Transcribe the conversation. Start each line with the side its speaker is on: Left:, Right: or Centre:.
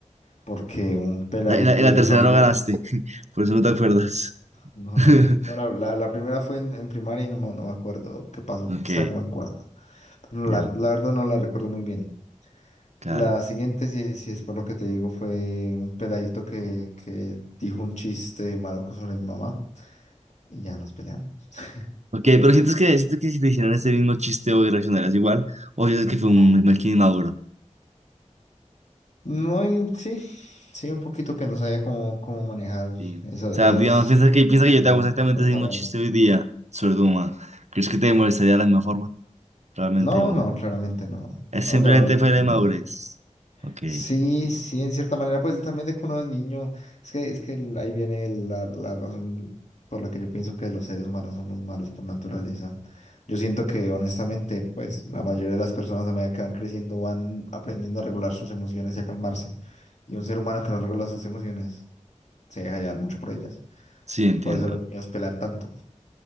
Left: porque un peladito
Right: La- En la, en la
Left: dijo
Right: tercera
Left: algo.
Right: no ganaste, <laughs> por eso no te acuerdas.
Left: No,
Right: <laughs>
Left: no, no. La, la, la primera fue en, en primaria y no, me no me acuerdo qué pasó.
Right: Ok,
Left: Estaba como en cuarto. No,
Right: ya,
Left: la, la verdad no la recuerdo muy bien.
Right: claro.
Left: La siguiente, si, si es por lo que te digo, fue un peladito que, que dijo un chiste maluco sobre mi mamá y ya nos peleamos. <laughs>
Right: Ok, pero sientes que, sientes que si te hicieran ese mismo chiste hoy reaccionarías igual, o sientes que fue un
Left: No.
Right: mal inmaduro.
Left: No, en- sí, sí, un poquito que no sabía cómo, cómo manejar
Right: Sí. O
Left: eso-
Right: sea,
Left: esos
Right: digamos,
Left: sentimientos
Right: piensa que, piensa que yo
Left: de
Right: te hago exactamente
Left: tanta
Right: ese mismo
Left: rabia.
Right: chiste hoy día sobre tu mamá. ¿Crees que te molestaría de la misma forma, realmente?
Left: No,
Right: O...
Left: no, claramente no.
Right: Es
Left: No,
Right: simplemente
Left: ya uno entiende.
Right: fue la inmadurez. Ok,
Left: Sí, sí, en cierta manera, pues también de que uno es niño, es que, es que el- ahí viene la, la razón por la que yo pienso que los seres humanos somos malos por naturaleza. Yo siento que honestamente, pues la mayoría de las personas a medida que van creciendo van aprendiendo a regular sus emociones y a calmarse. Y un ser humano que no regula sus emociones se deja llevar mucho por ellas.
Right: sí, entiendo.
Left: Por eso los niños pelan tanto.